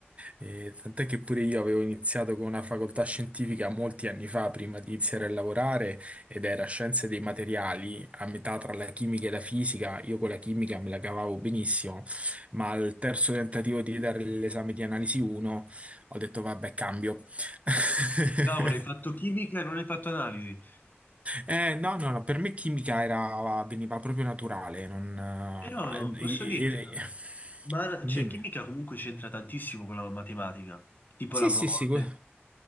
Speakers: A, on the right; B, on the left.
A: Eh, tant'è che pure io avevo iniziato con una facoltà scientifica molti anni fa, prima di iniziare a lavorare, ed era scienze dei materiali, a metà tra la chimica e la fisica. Io con la chimica me la cavavo benissimo, ma al terzo tentativo di dare l'esame di analisi 1 ho detto vabbè, cambio. <laughs>
B: Cavolo, hai fatto chimica e non hai fatto analisi.
A: Eh, no, no, no, per me chimica era, veniva proprio naturale, non...
B: Però
A: eh,
B: posso
A: eh,
B: dirti, no?
A: eh,
B: ma
A: dimmi.
B: cioè, chimica comunque c'entra tantissimo con la matematica, tipo
A: Sì,
B: la mole.
A: sì, sì, que-